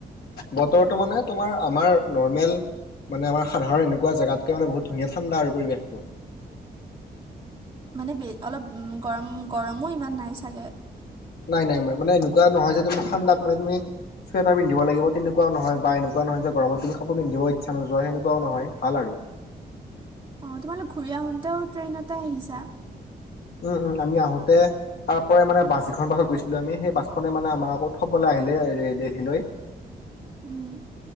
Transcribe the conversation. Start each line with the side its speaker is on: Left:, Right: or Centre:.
Left: বতৰটো মানে তোমাৰ আমাৰ নৰ্মেল। মানে আমাৰ সাধাৰণ এনেকুৱা জাগাত কৈ মানে বহুত ধুনীয়া ঠাণ্ডা আৰু পৰিৱেশটো।
Right: মানে বে অলপ গৰম গৰমো ইমান নাই চাগে
Left: নাই নাই ম মানে এনেকুৱা নহয় যে তুমি ঠাণ্ডাত মানে তুমি চুৱেটাৰ পিন্ধিব লাগিব তেনেকুৱাও নহয় বা চুৱেটাৰ পিন্ধিব লাগিব তেনেকুৱাই নহয় বা এনেকুৱাও নহয় যে গৰমত তুমি কাপোৰ পিন্ধিব ইচ্ছা নোযোৱা সেনেকুৱাও নহয় ভাল আৰু।
Right: অ' তোমালোক ঘূৰি আহোতেও ট্ৰেইনতে আহিছা।
Left: উম, উম, আমি আহোতে তাৰ পৰাই মানে বাছ যিখন বাছত গৈছিলো আমি সেই বাছখনে মানে আমাক আকৌ থবলৈ আহিলে এ দেলহী লৈ <inaudible>
Right: উম